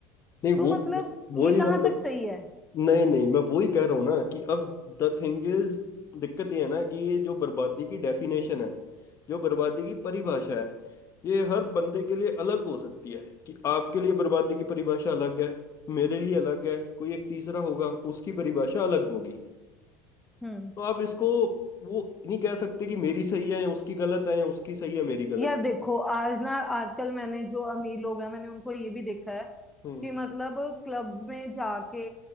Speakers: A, on the left; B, in the centre.
A: नहीं
B: तो
A: वो
B: मतलब
A: वो-
B: ये
A: वही मतलब
B: कहाँ तक सही है
A: नहीं नहीं मैं वो ही कह रहा हूँ ना कि अब द थिंग इज दिक्कत ये है ना कि ये जो बर्बादी की डेफिनेशन है जो बर्बादी की परिभाषा है ये हर बंदे के लिए अलग हो सकती है कि आपके लिए बर्बादी की परिभाषा अलग है मेरे लिए अलग है कोई एक तीसरा होगा उसकी परिभाषा अलग होगी
B: हम्म
A: तो आप इसको वो नहीं कह सकते कि मेरी सही है या उसकी गलत है या उसकी सही है मेरी गलत
B: यार देखो आज ना आजकल मैंने जो अमीर लोग हैं मैंने उनको ये भी देखा है
A: हम्म
B: कि मतलब क्लब्स में जाके